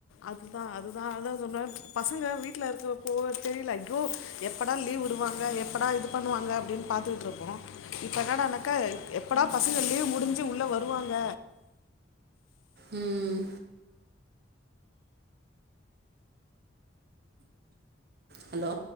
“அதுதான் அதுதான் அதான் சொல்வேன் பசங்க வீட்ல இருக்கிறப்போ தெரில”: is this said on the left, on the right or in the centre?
Left